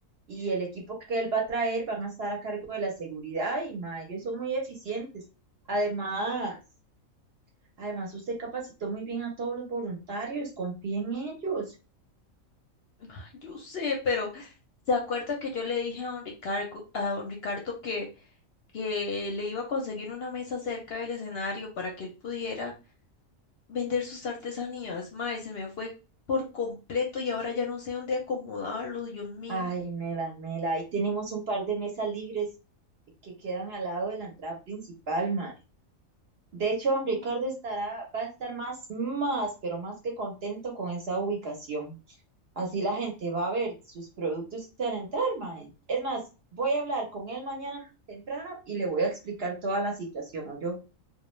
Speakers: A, on the right; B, on the left.
A: y el equipo que él va a traer van a estar a cargo de la seguridad y ma, ellos son muy eficientes. Además, además usted capacitó muy bien a todos los voluntarios, confíe en ellos.
B: ay, yo sé, pero ¿se acuerda que yo le dije a don Ricardo, a don Ricardo que que le iba a conseguir una mesa cerca del escenario para que él pudiera vender sus artesanías. Mae, se me fue por completo y ahora ya no sé dónde acomodarlo, Dios mío.
A: Ay, Mela, Mela, ahí tenemos un par de mesas libres que quedan al lado de la entrada principal, ma. De hecho, don Ricardo
B: Mm.
A: estará, va a estar más, más, pero más que contento con esa ubicación. Así la gente va a ver sus productos al entrar, mae. Es más, voy a hablar con él mañana temprano y le voy a explicar toda la situación, yo.